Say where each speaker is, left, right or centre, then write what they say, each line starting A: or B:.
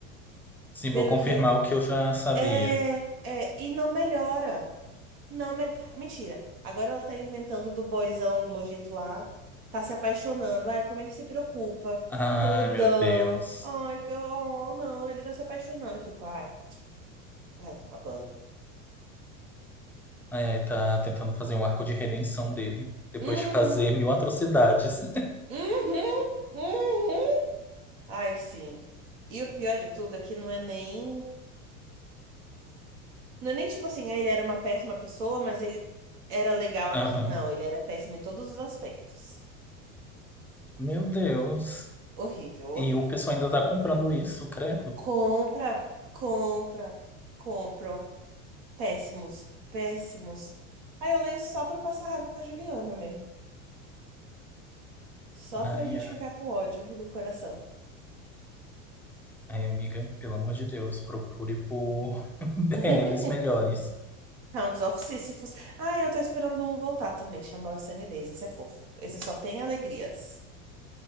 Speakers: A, in the centre; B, on the right.
A: Sim,
B: vendo
A: vou confirmar
B: que ia.
A: o que eu já sabia.
B: É, é, e não melhora. Não melhora. Mentira. Agora ela tá inventando do boyzão nojento lá. Tá se apaixonando. Ai, como ele se preocupa
A: Ai,
B: com o Dan.
A: meu Deus.
B: Ai, que- oh, não, ele tá se apaixonando. Eu fico, ai, vai tomar banho.
A: Ai, ai, tá tentando fazer um arco de redenção dele, depois
B: Uhum,
A: de fazer mil atrocidades. <laughs>
B: uhum, uhum. Ai, sim. E o pior de tudo é que não é nem. Não é nem tipo assim, ah, ele era uma péssima pessoa, mas ele era legal aqui.
A: Aham.
B: Não, ele era péssimo em todos os aspectos.
A: Meu Deus.
B: Horrível, horrível.
A: E o pessoal ainda tá comprando isso, credo.
B: Compra, compra, compram. Péssimos, péssimos. Aí eu leio só pra passar raiva com a Juliana mesmo. Só
A: Ai,
B: pra gente
A: ai.
B: ficar com ódio do coração.
A: Ai, amiga, pelo amor de Deus, procure por <laughs> BLs
B: <laughs>
A: melhores.
B: Hounds of Sisyphus. Ah, eu tô esperando um voltar também, chama Our Sunny Days. Esse é fofo. Esse só tem alegrias.